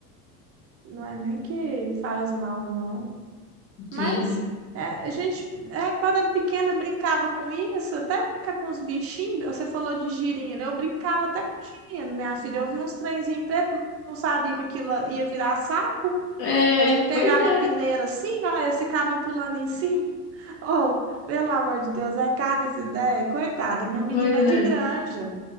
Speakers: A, on the right; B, on the left.
A: não é nem que faz mal, não. Mas
B: Sim.
A: é, a gente, é, quando era pequena, brincava com isso, até brincar com os bichinhos. Você falou de girino, eu brincava até com girino, minha filha. Eu vi uns trenzinhos pretos, não sabia que aquilo ia virar sapo.
B: É,
A: A gente pegava
B: pois é,
A: a peneira assim, ó, e ficava pulando em <laughs> cima. Oh, pelo amor de Deus, é cada ideia. Coitada, minha menina
B: pois
A: é de
B: é.
A: granja.